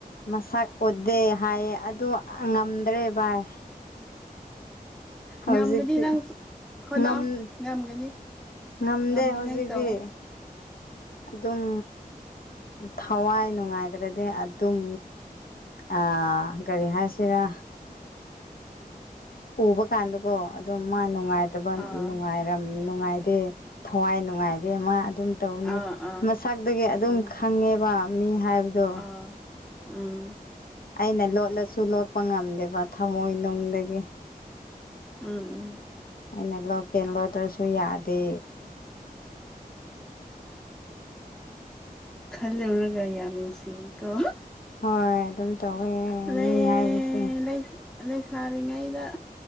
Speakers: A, on the left (about 70°); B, in the centre.
A: ꯃꯁꯛ ꯑꯣꯗꯦ ꯍꯥꯏꯌꯦ ꯑꯗꯨ ꯉꯝꯗ꯭ꯔꯦ ꯚꯥꯏ ꯍꯧꯖꯤꯛꯇꯤ
B: ꯉꯝꯒꯅꯤ ꯅꯪ ꯀꯅꯥꯎ
A: ꯉꯝ
B: ꯉꯝꯒꯅꯤ
A: ꯉꯝꯗꯦ
B: ꯉꯝꯅꯤꯉꯥꯏ
A: ꯍꯧꯖꯤꯛꯇꯤ
B: ꯇꯑꯣ
A: ꯑꯗꯨꯝ ꯊꯋꯥꯏ ꯅꯨꯡꯉꯥꯏꯗ꯭ꯔꯗꯤ ꯑꯗꯨꯝ ꯑꯥ ꯀꯔꯤꯍꯥꯁꯤꯔ ꯎꯕ ꯀꯥꯟꯗꯀꯣ ꯑꯗꯨꯝ ꯃꯥ ꯅꯨꯡꯉꯥꯏꯇꯕꯅꯨꯡꯉꯥꯏꯔ
B: ꯑꯥ
A: ꯅꯨꯡꯉꯥꯏ ꯊꯋꯥꯏ ꯅꯨꯡꯉꯥꯏꯗꯦ ꯃꯥ ꯑꯗꯨꯝ ꯇꯧꯅꯤ
B: ꯑꯥ ꯑꯥ
A: ꯃꯁꯛꯇꯒꯤ ꯑꯗꯨꯝ
B: ꯎꯝ
A: ꯈꯪꯉꯦꯕ ꯃꯤ ꯍꯥꯏꯕꯗꯣ
B: ꯑꯥ ꯎꯝ
A: ꯑꯩꯅ ꯂꯣꯠꯂꯁꯨ ꯂꯣꯠꯄ ꯉꯝꯗꯦꯕ ꯊꯝꯃꯣꯏꯅꯨꯡꯗꯒꯤ
B: ꯎꯝ
A: ꯩꯅ ꯂꯧ ꯀꯦꯜꯂꯣꯗ꯭ꯔꯁꯨ ꯌꯥꯗꯦ
B: ꯈꯟꯂꯔꯒ ꯌꯥꯝ ꯅꯨꯡꯁꯤ ꯀꯣ
A: ꯍꯣꯏ ꯑꯗꯨꯝ ꯇꯧꯋꯦ
B: ꯂꯩ
A: ꯃꯤ ꯍꯥꯏꯕꯁꯦ
B: ꯂꯩ ꯂꯩ ꯂꯩ ꯂꯩꯁꯥꯏ ꯉꯔꯤꯉꯩꯗ